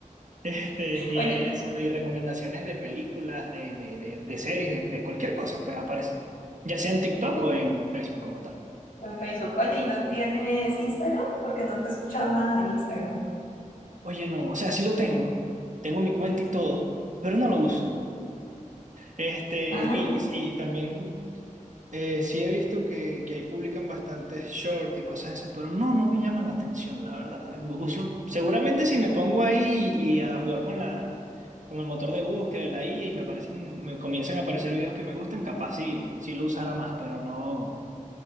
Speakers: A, on the right; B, on the left.
A: Este, y
B: Oye,
A: eso, y recomendaciones de películas, de, de, de, de series, de, de cualquier cosa, pues aparecen, ya sea en TikTok o en Facebook como tal.
B: en Facebook. Oye, ¿y no tienes Instagram? Porque no te he escuchado nada de Instagram.
A: Oye, no, o sea, sí lo tengo, tengo mi cuenta y todo, pero no lo uso. Este,
B: Ah,
A: y, y, y también eh, sí he visto que, que ahí publican bastantes shorts y cosas esas, pero no, no me llama la atención, la verdad. Uso, seguramente si me pongo ahí y, y a jugar con la, con el motor de búsqueda de la IA y me aparecen, me comienzan a aparecer videos que me gustan, capaz sí, sí lo usara más, pero no,